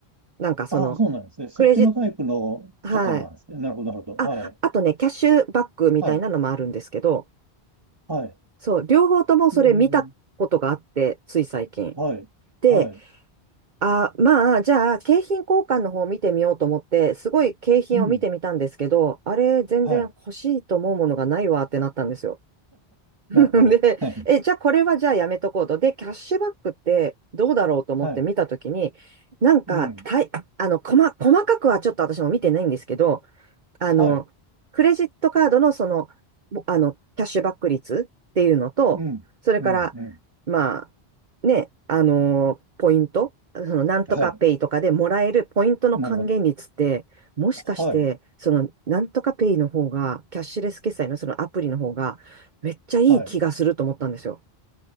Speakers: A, on the right; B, on the right.
A: なんかその、
B: ああ、そうなんですね。そっちのタイプのところなんですね。
A: クレジット、はい。
B: なるほど、なるほど。
A: あ、
B: はい。
A: あとね、キャッシュバックみたいなのもあるんですけど、
B: はい。はい。
A: そう、両方ともそれ見たことがあって、
B: ええ、
A: つい最近。
B: はい。
A: で、
B: はい。
A: あ、まあ、じゃあ、景品交換の方を見てみようと思って、すごい景品を見てみたんですけど、
B: うん。
A: あれ、全然欲しいと思うものがないわってなったんですよ。
B: はい。
A: <laughs>
B: なるほど。
A: で、
B: はい。
A: え、じゃあ、これはじゃあやめとこうと。で、キャッシュバックってどうだろうと思って見たときに、
B: はい。
A: なんか、
B: うん。
A: たい、あの、細、細かくはちょっと私も見てないんですけど、あの、
B: はい。
A: クレジットカードのその、ぼあの、キャッシュバック率っていうのと、
B: うん。
A: それから、
B: うん。うん。
A: まあ、ね、あの、ポイント、その、なんとかペイとかでもらえるポイントの還元率って、
B: はい。なるほど。
A: もしかして、
B: はい。
A: その、なんとかペイの方が、キャッシュレス決済のそのアプリの方が、めっちゃいい気がすると思ったんですよ。
B: はい。